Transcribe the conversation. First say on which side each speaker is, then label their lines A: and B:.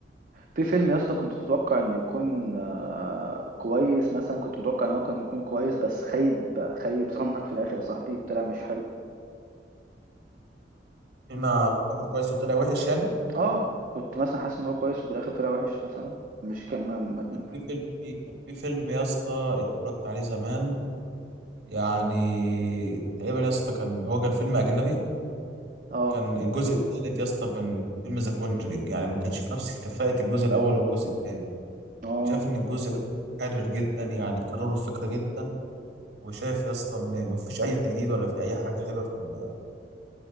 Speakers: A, on the right; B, on the right.
A: في فيلم يا اسطى كنت تتوقع انه يكون آه... كويس مثلا كنت متوقع ان هو كان يكون كويس بس خيب خيب ظنك في الاخر يا صاحبي طلع مش حلو
B: فيلم فاكره كويس وطلع وحش يعني
A: اه كنت مثلا حاسس ان هو كويس وفي الاخر طلع وحش مثلا مش كم ما... ما...
B: كان في فيلم في كان في فيلم يا اسطى اتفرجت عليه زمان يعني تقريبا يا اسطى كان هو كان فيلم اجنبي
A: اه
B: كان الجزء الثالث يا اسطى من فيلم ذا كونجرينج يعني ما كانش في نفس كفاءة الجزء الاول والجزء الثاني
A: اه
B: كنت شايف ان الجزء ده متكرر جدا يعني كرروا الفكرة جدا وشايف يا اسطى ان ما فيش اي تجديد ولا في اي حاجة حلوة في ال-